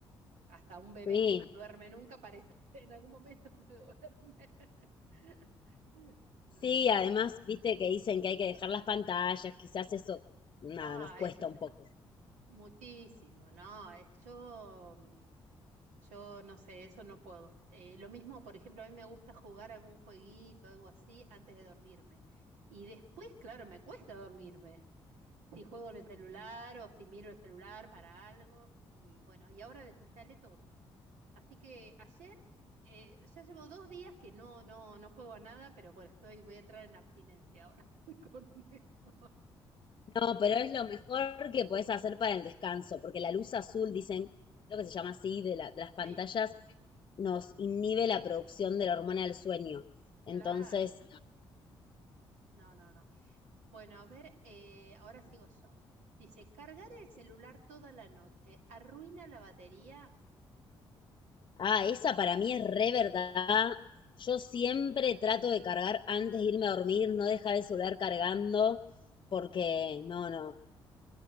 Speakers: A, on the right (about 65°); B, on the left (about 35°).
A: Hasta un bebé
B: Sí.
A: que no duerme nunca parece, <laughs> en algún momento se duerme. <laughs> No.
B: Sí, además, viste que dicen que hay que dejar las pantallas, quizás eso, nada,
A: Ah,
B: nos cuesta
A: eso es
B: un poco.
A: muchísimo, ¿no? Eh, Yo, mm, yo no sé, eso no puedo. Eh, lo mismo, por ejemplo, a mí me gusta jugar algún jueguito, algo así, antes de dormirme. Y después, claro, me cuesta dormirme. Si juego en el celular o si miro el celular para algo, y bueno, y ahora desinstalé todo. Así que ayer eh, ya llevo dos días que no, no, no juego a nada, pero bueno, estoy, voy a entrar en abstinencia ahora <laughs> con eso.
B: No, pero es lo mejor que podés hacer para el descanso, porque la luz azul,
A: Mm,
B: dicen, creo que se llama así, de la- de las pantallas,
A: Sí,
B: nos inhibe la producción de la hormona del sueño. Entonces,
A: claro. No, no, no. Bueno, a ver, eh, ahora sigo yo. Dice, cargar el celular toda la noche arruina la batería.
B: ah, esa para mí es re verdad. Yo siempre trato de cargar antes de irme a dormir, no dejar el celular cargando, porque
A: Mm,
B: no, no,